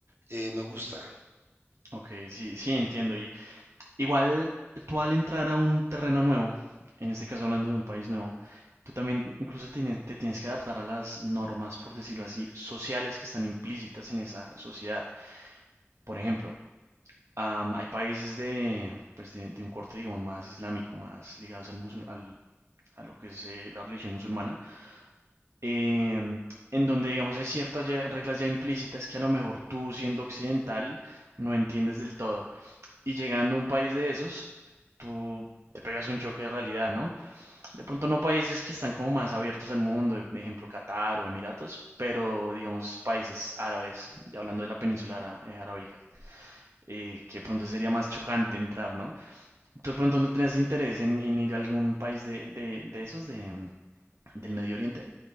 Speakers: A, on the right (about 60°); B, on the right (about 80°).
A: eh, me gusta.
B: ok, sí, sí, entiendo. Y Igual tú al entrar a un terreno nuevo, en este caso hablando de un país nuevo, tú también incluso tiene- te tienes que adaptar a las normas, por decirlo así, sociales que están implícitas en esa sociedad. Por ejemplo, am, hay países de, pues de, de un corte, digamos, más islámico, más ligados al musul- al, a lo que es eh, la religión musulmana, em, en donde, digamos, hay ciertas ya- reglas ya implícitas que a lo mejor tú siendo occidental no entiendes del todo. Y llegando a un país de esos, tú te pegas un choque de realidad, ¿no? De pronto no países que están como más abiertos al mundo, por ejemplo Qatar o Emiratos, pero digamos países árabes, ya hablando de la península ara- eh, arábica, eh, que de pronto sería más chocante entrar, ¿no? ¿Tú de pronto no tenías interés en, en ir a algún país de, de, de esos, de, mm, del Medio Oriente?